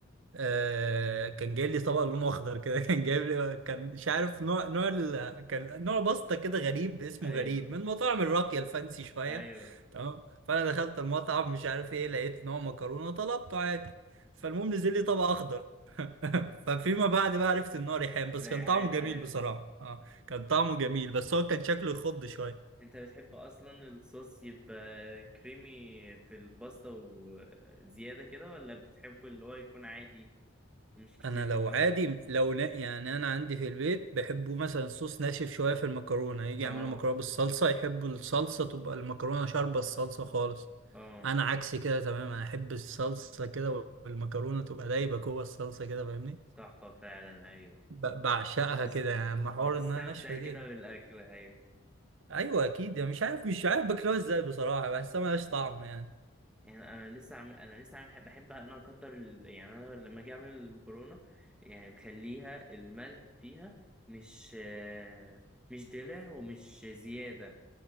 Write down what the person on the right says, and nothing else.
آه كان جاي لي طبق لونه اخضر كده <laughs> كان جايب لي كان مش عارف نوع نوع ال... كان نوع باستا كده غريب اسمه
غريب من مطاعم الراقيه الفانسي شويه
تمام فانا دخلت المطعم مش عارف ايه لقيت نوع مكرونه طلبته عادي فالمهم نزل لي طبق اخضر <laughs> ففيما بعد بقى عرفت ان هو ريحان بس
كان طعمه جميل
بصراحه اه كان طعمه جميل بس هو كان شكله يخض شويه
انا
لو
عادي لو نا يعني انا عندي في البيت بيحبوا مثلا الصوص ناشف شويه في المكرونه يجي
يعملوا مكرونه بالصلصه يحبوا الصلصه تبقى المكرونه شاربه الصلصه خالص
انا عكس كده تماما انا احب الصلصه كده والمكرونه تبقى دايبه جوه الصلصه كده فاهمني
ب- بعشقها
كده يعني اما حوار
انها ناشفه
دي
ايوه اكيد يعني مش عارف مش عارف باكلها ازاي بصراحه بحسها ملهاش طعم يعني